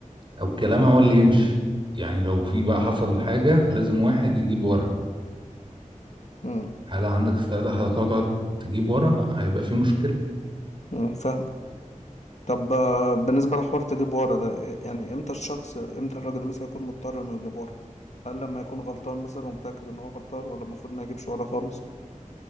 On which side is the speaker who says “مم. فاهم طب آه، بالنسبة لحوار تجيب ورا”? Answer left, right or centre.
Left